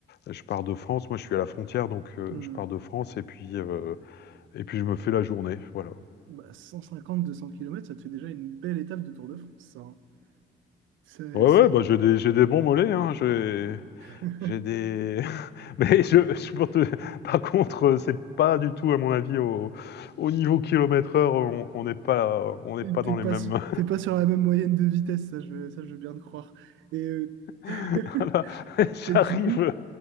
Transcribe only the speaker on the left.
je pars de France». Moi, je suis à la frontière, donc heu,
je pars de France et puis, heu et puis je me fais la journée, voilà.
Ouais,
ouais, bah, j'ai des j'ai des bons mollets, hein, j'ai
j'ai des <laughs> mais je je pour te <laughs> par contre, heu, c'est pas du tout, à mon avis, au au niveau kilomètre heure, on on n'est pas on n'est pas
dans
les mêmes
Voilà, <laughs>
j'arrive
euh,